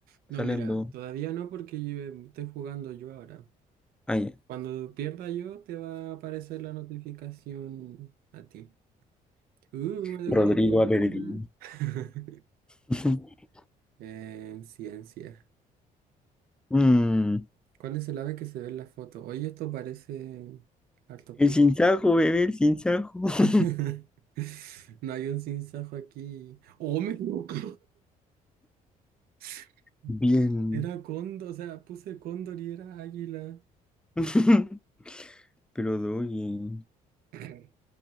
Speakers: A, on the right; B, in the centre.
A: No,
B: Salen
A: mira,
B: dos.
A: todavía no porque yo em, estoy jugando yo ahora.
B: Ah, ya.
A: Cuando pierda yo, te va a aparecer la notificación a ti. Uh, me tocó
B: Rodrigo
A: la corona.
B: Aberdeen.
A: <laughs>
B: <laughs>
A: En ciencia.
B: Mm,
A: ¿Cuál es el ave que se ve en la foto? Oye, esto parece hartos
B: el
A: pisos.
B: sinsajo, bebé, el sinsajo. <laughs>
A: <laughs> No hay un sinsajo aquí. ¡Oh, me equivoqué! <laughs>
B: Bien.
A: Era cóndor, o sea, puse cóndor y era águila.
B: <laughs> Pero doy bien.
A: <laughs>